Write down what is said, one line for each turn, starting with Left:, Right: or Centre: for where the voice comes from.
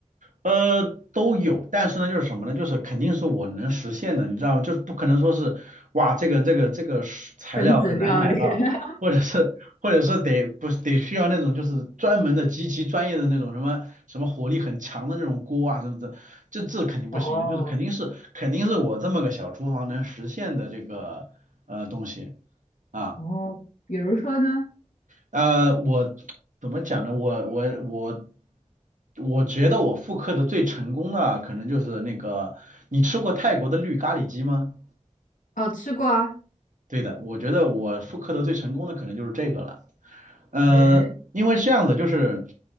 Right: 呃，都有，但是呢，就是什么呢？就是肯定是我能实现的，你知道吗？就是不可能说是，哇，这个这个这个是材料很难买到，
Left: 分子料理？<laughs>
Right: 或者是或者是得不是得需要那种就是专门的极其专业的那种什么什么火力很强的那种锅啊什么的，这这肯定不行的，
Left: 哦
Right: 就是肯定是肯定是我这么个小厨房能实现的这个呃东西啊。
Left: 哦，比如说呢？
Right: 呃，我怎么讲呢？我我我我觉得我复刻的最成功的可能就是那个，你吃过泰国的绿咖喱鸡吗？
Left: 哦，吃过啊，
Right: 对的，我觉得我复刻的最成功的可能就是这个了。呃，
Left: 哎，
Right: 因为这样子，就是，